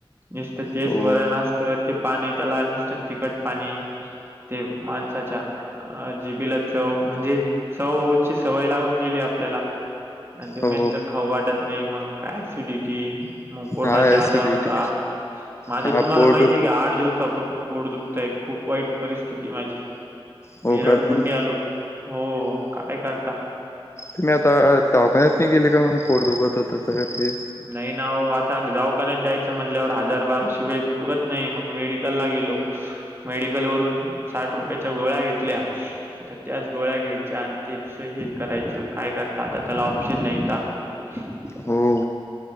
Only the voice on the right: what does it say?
नुसत, तेच
वरण असत. पाणी त्याला निसतं. तिखट पाणी ते <inaudible> <inaudible> माज. अच्छा.. अच्छा.. जीबीला चव म्हणजे? चव ची सवय लागून गेली. आपल्याला.. आणि, ते मेसच
खाऊ वाटत नाही. मग का ऍसिडिटी, मग पोटाचे
आजार
होता. माझं
तुम्हाला
माहिती आहे का? आठ दिवसापासून पोड <inaudible> दुखतय खूप वाईट परिस्थिती माझी.
मी रडकुंडी
आलो. हो काय करता.
नाही ना आता. जाऊ कानात जायचं म्हणल्यावर हजार बाराशे वेय पुरत नाही. मग मेडिकलला गेलो. मेडिकल वरून साठ रुपयाच्या गोळ्या घेतल्या. आता, त्याच गोळ्या घ्यायच्या आणि तेच हे करायचं काय करत आता, त्याला ऑप्शन नाहीता. <unintelligible>